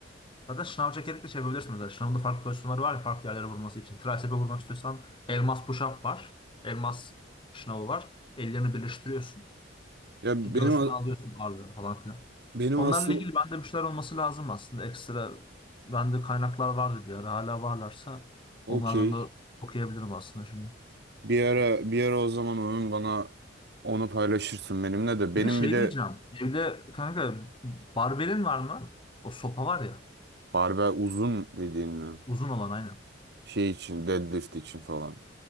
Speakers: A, on the left; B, on the right.
A: Hatta şınav çekerek de çevirebilirsin mesela. Şınavın da farklı pozisyonları var ya farklı yerlere vurması için. Tricep'e vurmak istiyorsan elmas push-up var. Elmas şınavı var. Ellerini birleştiriyorsun.
B: Ya benim
A: E, Göğsüne
B: a-
A: alıyorsun ağırlığı falan filan.
B: benim
A: Onlarla
B: asıl
A: ilgili bende bir şeyler olması lazım aslında. Ekstra bende kaynaklar vardı bir ara. Hala varlarsa
B: <clears throat> okey.
A: onlardan da okuyabilirim aslında şimdi.
B: Bir ara bir ara o zaman onun bana onu paylaşırsın benimle de. Benim
A: Bir de şey
B: bir de
A: diyeceğim. Evde kanka barbelin var mı? O sopa var ya.
B: barbell uzun dediğin mi?
A: Uzun olan aynen.
B: Şey için deadlift için falan.